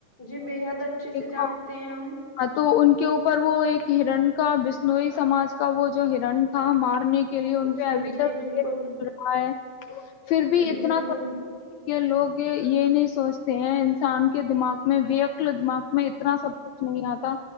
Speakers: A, on the left; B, on the left.
A: جی بےحد اچھے
B: دیکھا
A: سے جانتے ہیں ہم
B: ہاں تو ان کے اوپر وہ ایک ہرن کا بسنوئی سماج کا وہ جو ہرن تھا مار کرنے کے لیے ان پہ
A: جی
B: ابھی
A: جی
B: تک
A: بالکل
B: چل رہا ہے پھر بھی
A: جی
B: اتنا
A: بالکل
B: کہ لوگ یہ نہیں سوچتے ہیں انسان کے دماغ میں وکل دماغ میں اتنا سب کچھ نہیں آتا